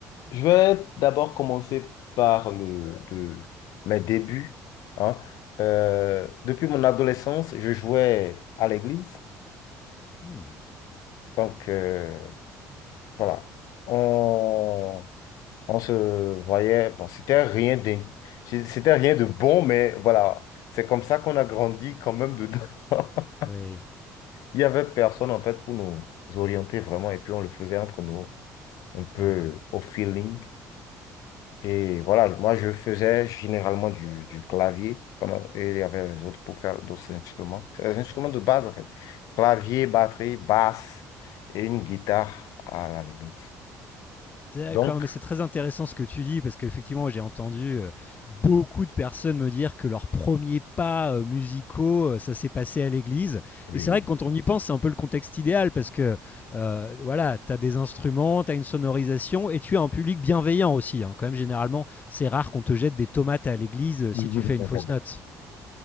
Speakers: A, on the left; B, on the left.
A: je vais d'abord commencer par le, de, mes débuts. hein. Euh, depuis mon adolescence, je jouais à l'église.
B: Hmm,
A: Donc, euh, voilà. On, on se voyait. Bon, c'était rien de, c'était rien de bon, mais voilà. C'est comme ça qu'on a grandi quand même dedans. <laughs>
B: Oui.
A: Il n'y avait personne, en fait, pour nous orienter vraiment. Et puis, on le faisait entre nous. un peu
B: uhum.
A: au feeling. Et voilà, moi, je faisais généralement du, du clavier pendant, et il y avait les autres pour faire d'autres instruments. C'est les instruments de base, en fait. Clavier, batterie, basse et une guitare à la limite.
B: D'accord,
A: Donc,
B: mais c'est très intéressant ce que tu dis parce qu'effectivement, j'ai entendu euh, beaucoup de personnes me dire que leurs premiers pas euh, musicaux, euh, ça s'est passé à l'église.
A: oui.
B: Et c'est vrai que quand on y pense, c'est un peu le contexte idéal parce que euh, voilà, tu as des instruments, tu as une sonorisation et tu as un public bienveillant aussi. hein. Quand même, généralement, c'est rare qu'on te jette des tomates à l'église euh, si
A: <laughs>
B: tu fais une fausse note.